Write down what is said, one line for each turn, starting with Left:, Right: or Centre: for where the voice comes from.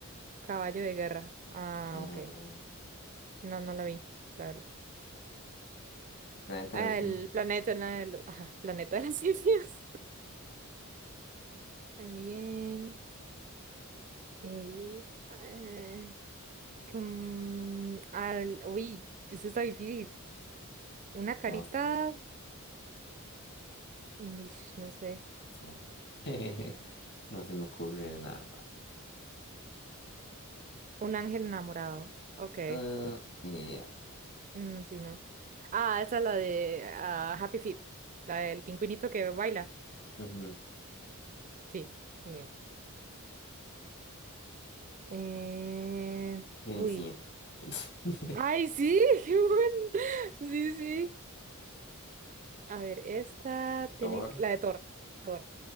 Right: Caballo de guerra. Ah,
Left: Mm,
Right: ok. No, no la vi, la verdad.
Left: Planeta
Right: Ah,
Left: de los Simios.
Right: el planeta, la de los, ajá, planeta de las simios. <laughs> Muy bien. Eh, ah, com- al, uy, eso está difícil. Una carita,
Left: No
Right: uy, no sé.
Left: Sí. <laughs> No se me ocurre nada.
Right: Un ángel enamorado. Ok.
Left: Ah, ni idea.
Right: Mm, sí, no. Ah, esta es la de ah, Happy Feet. La del pingüinito que baila.
Left: Ujú.
Right: Sí, muy bien. Eh,
Left: Bien,
Right: Uy.
Left: <laughs>
Right: ¡Ay, sí! <laughs> ¡Qué buen! Sí, sí. A ver, esta tiene...
Left: Thor,
Right: que- La de Thor. Thor.